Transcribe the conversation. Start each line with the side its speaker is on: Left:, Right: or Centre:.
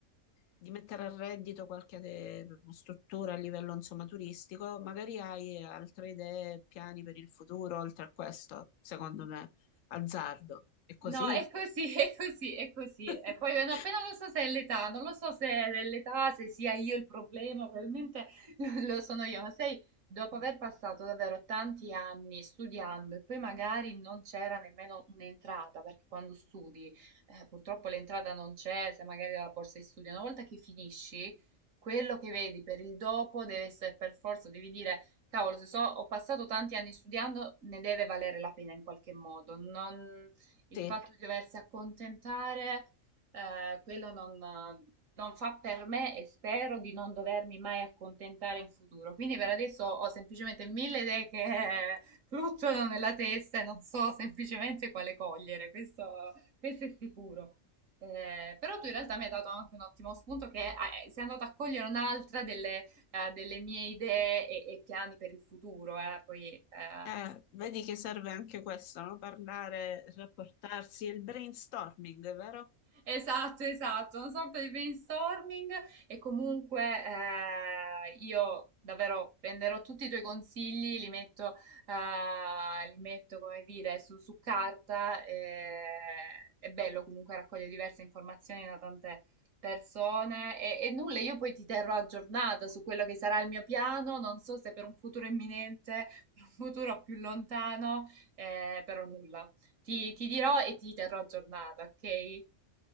Left: di mettere a reddito qualche eh, struttura a livello insomma turistico, magari hai altre idee, piani per il futuro, oltre a questo, secondo me, azzardo. È così?
Right: No, è così, <laughs> è così, è così.
Left: <laughs>
Right: E poi no, poi non lo so se è l'età, non lo so se è l'età, se sia io il problema, probabilmente <laughs> lo, lo sono io, ma sai, dopo aver passato davvero tanti anni studiando e poi magari non c'era nemmeno un'entrata, perché quando studi, eh, purtroppo l'entrata non c'è, se magari la borsa di studio, una volta che finisci, quello che vedi per il dopo deve essere per forza, devi dire... Cavolo, se so, ho passato tanti anni studiando, ne deve valere la pena in qualche modo. Non, il
Left: Sì,
Right: fatto di doversi accontentare, eh, quello non, non fa per me e spero di non dovermi mai accontentare in futuro. Quindi per adesso ho semplicemente mille idee che <laughs> fluttuano nella testa e non so semplicemente quale cogliere, questo, questo è sicuro. Eh, però tu in realtà mi hai dato anche un ottimo spunto che ah, eh, sei andato a cogliere un'altra delle, eh, delle mie idee e, e piani per il futuro, eh. Poi eh,
Left: eh, vedi che serve anche questo, no? Parlare, rapportarsi, il brainstorming, vero?
Right: Esatto, esatto, una sorta di brainstorming e comunque eh, io davvero prenderò tutti i tuoi consigli, li metto, eh, li metto come dire, su, su carta. e- è bello comunque raccogliere diverse informazioni da tante persone e, e nulla, io poi ti terrò aggiornata su quello che sarà il mio piano, non so se per un futuro imminente, per un futuro più lontano, eh, però nulla. ti ti dirò e ti terrò aggiornata, ok?